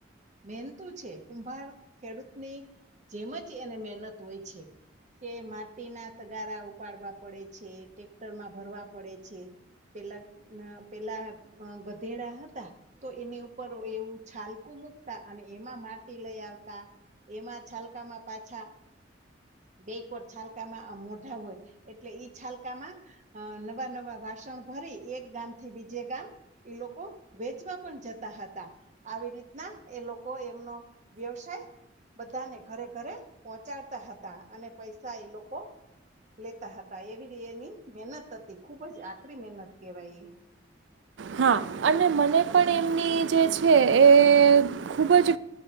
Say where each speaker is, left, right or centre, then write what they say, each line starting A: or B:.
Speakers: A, on the right; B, on the right.
A: મહેનતું છે કુંભાર ખેડૂતની જેમ જ એને મહેનત હોય છે. કે માટીના તગારા ઉપાડવા પડે છે ટેક્ટરમાં ભરવા પડે છે. પેલા પેલા ગધેડા હતા. તો એની ઉપર એવું છાલકું મૂકતા અને એમાં માટી લઈ આવતા. એમાં છાલકામાં પાછા. બે કોર છાલકામાં મોઢા હોય એટલે ઈ છાલકામાં. અ નવા નવા વાસણ ભરી એક ગામ થી બીજે ગામ. ઈ લોકો વેચવા પણ જતા હતા. આવી રીતના એ લોકો એમનો વ્યવસાય. બધાને ઘરે ઘરે પહોંચાડતા હતા અને પૈસા એ લોકો લેતા હતા એવી એની મહેનત હતી ખુબ જ આકરી મહેનત કેવાય એ.
B: હા અને મને પણ એમની જે છે એ ખુબ જ